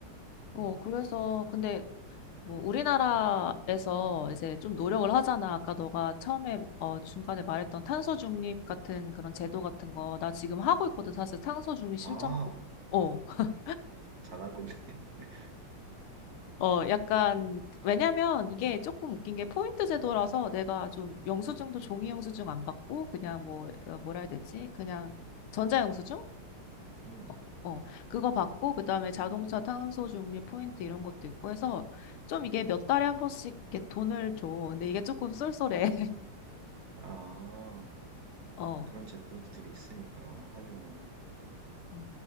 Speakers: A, on the left (about 80°); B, on the right (about 60°).
A: 어,
B: 음.
A: 그래서 근데 뭐 우리나라에서 이제 좀 노력을 하잖아. 아까 너가 처음에 어 중간에 말했던 탄소 중립 같은 그런 제도 같은 거 나 지금 하고 있거든. 사실 탄소 중립 실천
B: 아,
A: 포... 어, <laughs>
B: 어, 잘하고 있네. <laughs>
A: 어, 약간, 왜냐면 이게 조금 웃긴 게 포인트 제도라서 내가 좀 영수증도 종이 영수증 안 받고 그냥 뭐, 어, 뭐라 해야 되지? 그냥 전자 영수증?
B: 음.
A: 어, 어, 그거 받고 그다음에 자동차 탄소 중립 포인트 이런 것도 있고 해서 좀 이게 몇 달에 한 번씩 이렇게 돈을 줘. 근데 이게 조금 쏠쏠해.
B: 아,
A: 어,
B: 그런 제도들이 있으니까 활용을
A: 음.